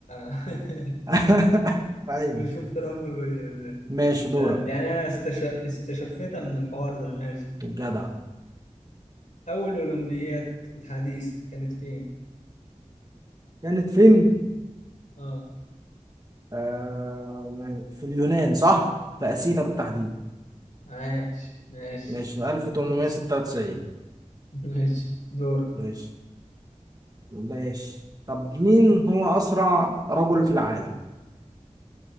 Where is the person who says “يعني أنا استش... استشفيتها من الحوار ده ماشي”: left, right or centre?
Left